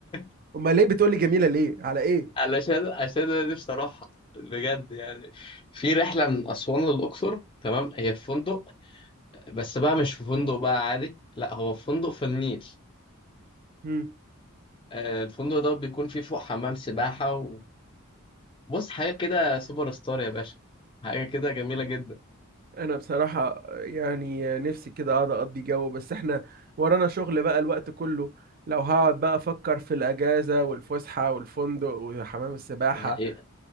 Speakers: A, on the left; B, on the right.
A: <laughs>
B: امال ليه بتقولي جميله ليه على ايه
A: علشان عشان انا نفسي اروحها بجد يعني في رحله من اسوان للاقصر تمام هي في فندق بس بقى مش في فندق بقى عادي لا هو في فندق في النيل
B: مم.
A: آه، الفندق ده بيكون فيه فوق حمام سباحه وبص حاجه كده سوبر ستار يا باشا حاجه كده جميله جدا
B: انا بصراحه يعني نفسي كده اقعد اقضي جو بس احنا ورانا شغل بقى الوقت كله لو هقعد بقى افكر في الاجازه والفسحه والفندق وحمام السباحه
A: ده حقيقه